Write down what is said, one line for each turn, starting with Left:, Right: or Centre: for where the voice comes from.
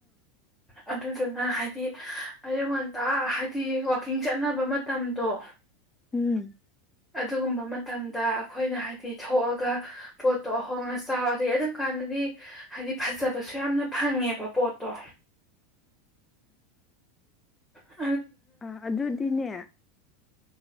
Centre: ꯑꯗꯨ ꯑꯗꯨꯗꯨꯅ ꯍꯥꯏꯗꯤ ꯑꯩꯌꯨ ꯉꯣꯟꯇꯥ ꯍꯥꯏꯗꯤ ꯋꯥꯋꯥꯛꯀꯤꯡ ꯆꯠꯅꯕ ꯃꯇꯝꯗꯣ
Left: ꯎꯝ
Centre: ꯑꯗꯨꯒꯨꯝꯕ ꯃꯇꯝꯗ ꯑꯩꯈꯣꯏꯅ ꯍꯥꯏꯗꯤ ꯊꯣꯛꯑꯒ ꯄꯣꯠꯇꯣ ꯑꯍꯣꯡꯉ ꯆꯥꯎ ꯑꯗꯩ ꯑꯗꯨꯝ ꯀꯥꯟꯗꯗꯤ ꯍꯥꯏꯗꯤ ꯐꯖꯕꯁꯨ ꯌꯥꯝꯅ ꯐꯪꯉꯦꯕ ꯄꯣꯠꯇꯣ ꯍ
Left: ꯑ ꯑꯗꯨꯗꯤꯅꯦ